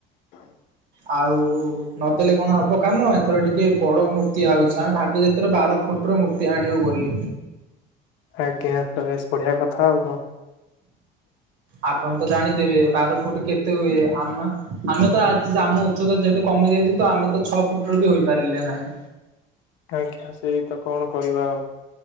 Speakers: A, on the right (about 70°); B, on the left (about 80°).
A: ଆଉ ନଦେଲେ କଣ ହବ କାମ ଏଥର ଟିକେ ବଡ ମୂର୍ତ୍ତି ଆଉଛି। ତ ଆମେ ଭାବୁଛୁ ଏଥର ବାର ଫୁଟର ମୂର୍ତ୍ତି ଆଣିବୁ ବୋଲି।
B: ଆଜ୍ଞା ତ ବେଶ ବଢିଆ କଥା ଆଉ କଣ।
A: ଆପଣ ତ ଜାଣିଥିବେ ବାର ଫୁଟ କେତେ ହୁଏ ଆମ ଆମେ ତ ଆଜି ଆମ ଉଚ୍ଚତା ଯେହେତୁ କମି ଯାଇଛି ତ ଆମେ ତ ଛଅ ଫୁଟର ବି ହୋଇପାରିଲେ ନାହିଁ।
B: ଆଜ୍ଞା ସେଇ ତ କଣ କରିବା ଆଉ।